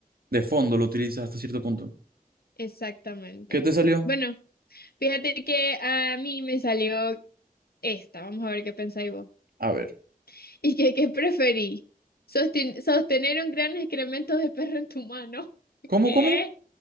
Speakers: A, on the right; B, on the left.
A: de fondo lo utilizas hasta cierto punto.
B: Exactamente.
A: ¿Qué te salió?
B: Bueno, fíjate que a mí me salió esta, vamos a ver qué pensáis vos.
A: A ver.
B: <laughs> ¿Y que qué preferí? Sosten- sostener un gran excremento de perro en tu mano. <laughs>
A: ¿Cómo,
B: ¿Qué?
A: cómo?